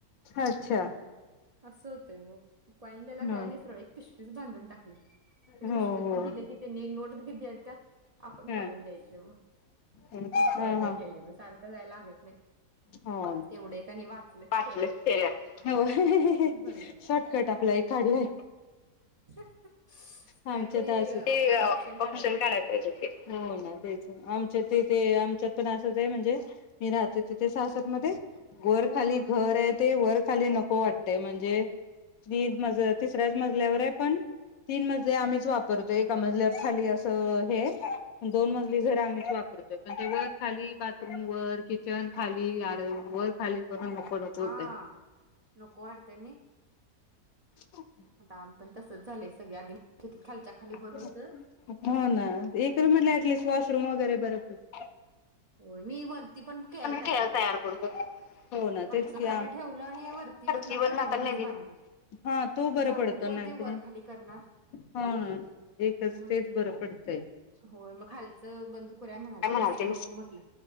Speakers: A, on the left (about 70°); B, on the right (about 55°).
A: अच्छा
B: असं होतय मग कॉईन द्यायला
A: ह
B: काय नाही सरळ एक पिशवीच बांधून टाकली ते
A: हो
B: पिशवीत
A: हो
B: पण दिले की त्यांनी नोट दी द्या द्यात आपण
A: हा
B: कॉईन देत जाऊ मग
A: हा
B: अशी आयडिया
A: हा
B: केली मग सारखं जाया लागत नाही
A: हो
B: तेवढे एक आणि वाचलेत
A: पाचलेच
B: फेऱ्या
A: हो शॉर्टकट
B: म्हणायचं
A: आपला ए काढले
B: <inaudible> काहीतरी
A: आमच्या इथं आस ते ऑ-ऑप्शन
B: ऑप्शन काढाय
A: काढायला
B: की
A: पाहिजे होते हो ना तेच ना आमच्या इथे ते आमच्यात पण अस ते म्हणजे मी राहते तिथे सासर मध्ये वर
B: ह
A: खाली
B: ह
A: घर आहे ते वर खाली नको वाटतय म्हणजे ती मज तिसऱ्याच मजल्यावर आहे पण तीन मजले आम्हीच वापरतोय एका मजल्यावर खाली असं हेये दोन मजली घर आम्हीच वापरतोय पण ते वर खाली बाथरूम वर किचन खाली <inaudible> वर खाली करून नको नको
B: हा
A: होतय.
B: नको वाटतय नाही
A: <inaudible>
B: आता आम पण तसच झालंय सगळे आधी <inaudible>
A: <unintelligible>
B: बरं होतं
A: हो ना एक रुम म्हटलं ऍटलिस्ट वॉशरूम वगैरे बरोब <unintelligible>
B: व्हय मी वरती पण <unintelligible> तयार
A: खेळ
B: करून घेतल
A: करू शकतो. हो ना
B: खालचं
A: तेच की
B: खाली
A: आ
B: ठेवलं आणि वरती
A: फरशीवर
B: वर आता नवीनच
A: ना नवीन
B: बांधलं
A: हा तो बरं
B: सारखं
A: पडतो
B: कोण
A: नाही
B: ते
A: तर
B: वर खाली करणार?
A: हो ना एकच
B: होय
A: तेच
B: की
A: बरं पडतंय.
B: होय मग खालचं बंदूकवऱ्या म्हणाल
A: काय
B: ते
A: म्हणालते
B: मिस्टर नको, म्हटलं